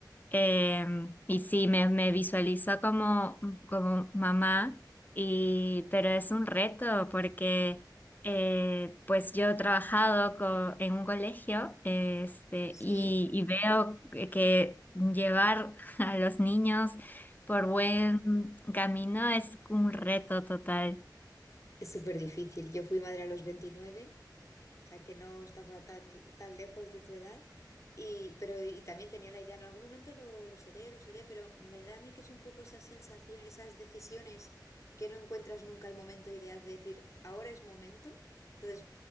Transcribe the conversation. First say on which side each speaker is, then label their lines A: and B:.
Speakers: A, on the left (about 25°); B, on the left (about 40°).
A: Em, y sí, me, me visualizo como, como mamá, y, pero es un reto porque eh, pues yo he trabajado co- en un colegio este,
B: sí.
A: y, y veo que que llevar <laughs> a los niños por buen camino es un reto total.
B: Es súper difícil. Yo fui madre a los veintinueve. o sea que no estaba tan, tan lejos de tu edad. Y, pero, y también tenía la idea, en algún momento lo, lo seré, lo seré, pero me da a mí que es un poco esa sensación, esas decisiones que no encuentras nunca el momento ideal de decir, ahora es momento. Entonces,